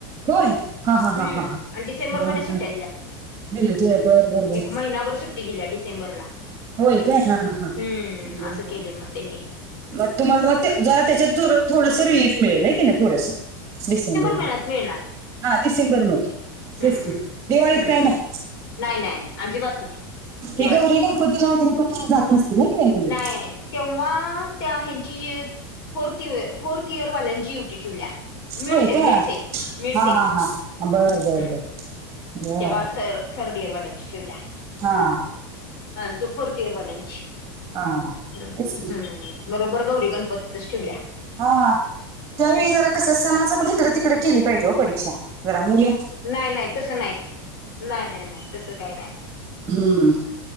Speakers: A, on the right (about 25°); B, on the left (about 65°).
A: होय हा हा
B: हम्म
A: हा हा हा
B: आणि डिसेंबर
A: बर
B: महिन्यात सुट्ट्या
A: बर
B: दिल्यात
A: दिले तुझे बर बर बर
B: एक महिनाभर सुट्टी दिल्या डिसेंबरला
A: होय काय हा हा हा
B: हम्म
A: बर
B: असं केलं. मग त्यांनी
A: मग तुम्हाला मग जरा त्याच्यात थोडंसं रिलीफ मिळेल हाय की नाही. थोडस डिसेंबर
B: महिन्यात मिळणार
A: डिसेंबरमध्ये
B: हम्म
A: तेच कि दिवाळीत
B: हम्म
A: काही नाही.
B: नाही नाही अजिबात नाही दिवाळी
A: या गौरी गणपती वगैरे पण जात नसतील. ना कि मुली
B: नाही तेव्हा! त्या यांची फोर्थ फोर्थ इयर वाल्यांची हे ठेवल्या मेडिसिन
A: होय काय
B: मेडिसिन मेडिसिन,
A: हा हा हा बर बर
B: हम्
A: बर बर
B: तेव्हा थर्ड इयर वाल्यांची ठेवल्या
A: हा
B: हा जो फोर्थ इयर वाल्यांची
A: हा
B: हम्म
A: तेच की
B: हम् बरोबर गौरी गणपतीतचं ठेवल्या
A: हा त्यावेळी
B: हम्म
A: जरा कसं! सणाच पण तिकडे केली पाहिजे. हो परीक्षा जरा मुल
B: नाही नाही तस नाही नाही नाही नाही, तस काही नाही.
A: हम्म